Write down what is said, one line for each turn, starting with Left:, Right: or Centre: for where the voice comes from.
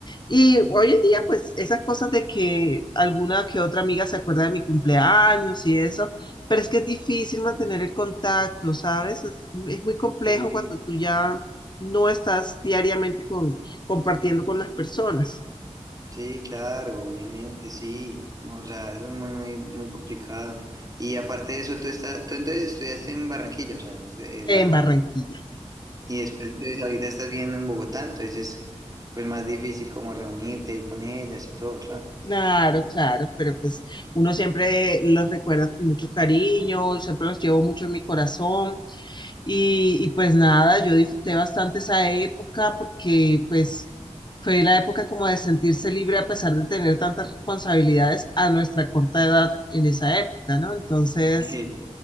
Left: Y hoy en día, pues esas cosas de que alguna que otra amiga se acuerda de mi cumpleaños y eso, pero es que es difícil mantener el contacto, ¿sabes? Es, es muy complejo
Right: sí,
Left: cuando tú ya no estás diariamente con, compartiendo con las personas
Right: sí, claro, obviamente, sí. O sea, eso es muy, muy, muy complicado. Y aparte de eso, tú estás, tú entonces estudiaste en Barranquilla, o sea, es de-
Left: en
Right: la,
Left: Barranquilla.
Right: la- y después entonces ahorita estás viviendo en Bogotá, entonces es pues más difícil como reunirte y con ellas y todo, claro.
Left: Claro, claro, pero pues uno
Right: Sí.
Left: siempre los recuerda con mucho cariño, siempre los llevo mucho en mi corazón y, y pues nada, yo disfruté bastante esa época porque pues fue la época como de sentirse libre a pesar de tener tantas responsabilidades a nuestra corta edad en esa época, ¿no? Entonces...
Right: <laughs>